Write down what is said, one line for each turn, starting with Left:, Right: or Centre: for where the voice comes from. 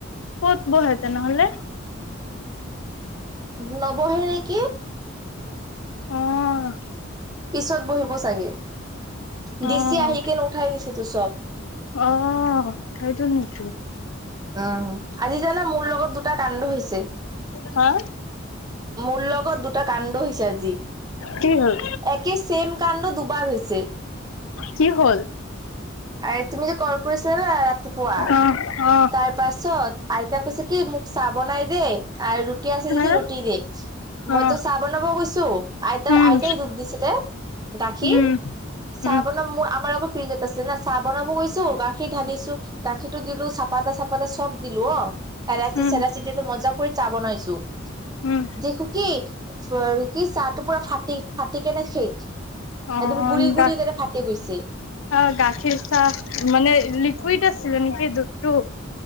Left: কত বহে তেনেহ'লে?
Right: নবহে নেকি।
Left: অ',
Right: পিছত বহিব চাগে দিচি
Left: অ
Right: আহিকে উঠাই দিছেতো চব।
Left: অ', সেইটো নেকি?
Right: উম, আজি জানা মোৰ লগত দুটা কাণ্ড হৈছে।
Left: হা?
Right: মূল লগত দুটা কাণ্ড হৈছে আজি,
Left: কি হ'ল
Right: একেই ছেম কাণ্ড দু বাৰ হৈছে।
Left: কি হ'ল
Right: আৰ তুমি যে কল কৰিছিলাঁ ন' ৰাতিপুৱা।
Left: অ অ
Right: তাৰ পাছত আইতা কৈছে কি মোক চাহ বনাই দে আৰু ৰুটি আছে
Left: হে
Right: যদি ৰুটি দে মইতো
Left: অ
Right: চাহ বনাবও গৈছো আইতা
Left: উম
Right: আইতাই দুধ দিছিলে গাখীৰ
Left: উম,
Right: চাহ
Left: উম
Right: বনাব মোৰ আমাৰ আত ফ্ৰিজত আছে না চাহ বনাব গৈছো গাখীৰ ঢালিছো গাখীৰটো দিলো চ চাপাতা চাপাতা চব দিলো অ, এৰাচি
Left: উম
Right: চৰাচি দিটো মজা কৰি চাহ বনাইছো।
Left: উম
Right: দেখো কি কি চাহটো পুৰা ফাটি ফাটি কেনে শেষ
Left: অন্তা
Right: একদম গুৰি গুৰি
Left: অ',
Right: কেনে ফাটি গৈছে
Left: গাখীৰ চাহ মানে লিকুইড আছিলে নেকি দুধটো?